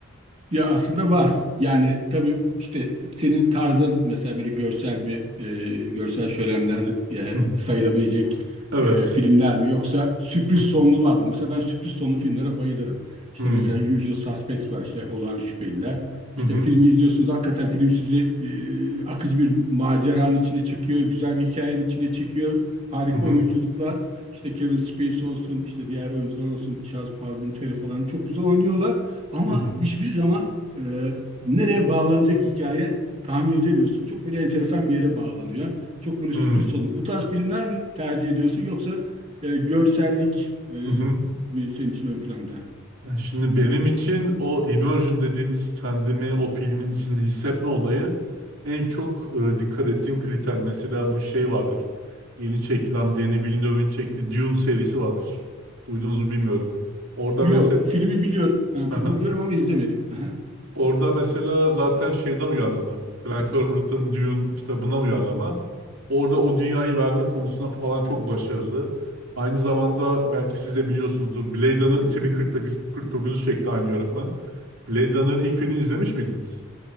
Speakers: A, on the right; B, on the right.
A: Ya aslında var. Yani tabii işte senin tarzın mesela böyle görsel mi, e, görsel şölenler e,
B: Hı,
A: sayılabilecek
B: evet.
A: e, filmler mi yoksa sürpriz
B: Hı,
A: sonlular mı? Mesela ben sürpriz sonlu filmlere bayılırım. İşte
B: hı,
A: mesela Usual Suspects var işte Olağan Şüpheliler.
B: hı,
A: İşte
B: hı,
A: filmi izliyorsunuz hakikaten film sizi e, akıcı bir maceranın içine çekiyor, güzel bir hikayenin içine çekiyor. Harika
B: hı,
A: oyunculuklar. İşte Kevin Spacey olsun, işte diğer oyuncular olsun, Charles Palminteri falan çok güzel oynuyorlar. Ama
B: hı,
A: hiçbir zaman e, nereye bağlanacak hikaye tahmin edemiyorsun. Çok böyle enteresan bir yere bağlanıyor. Çok böyle
B: hı,
A: sürpriz sonu. Bu tarz filmler mi tercih ediyorsun yoksa e, görsellik e,
B: hı, hı.
A: mi senin için ön planda?
B: Ya şimdi benim için o immersion dediğimiz kendimi o filmin içinde hissetme olayı en çok e, dikkat ettiğim kriter. Mesela bu şey vardır. Yeni çekilen Denis Villeneuve'in çektiği Dune serisi vardır. Duydunuz mu bilmiyorum. Orada
A: Yok,
B: mesela
A: filmi biliyorum. Ha,
B: <laughs>
A: filmi biliyorum ama izlemedim. Aha.
B: Orada mesela zaten şeyden uyarlama. Frank Herbert'ın Dune kitabından uyarlama. Orada o dünyayı verme konusunda falan çok başarılı. Aynı zamanda belki siz de biliyorsunuzdur. Blade Runner 2049'u çekti aynı yönetmen. Blade Runner'ın ilk filmini izlemiş miydiniz?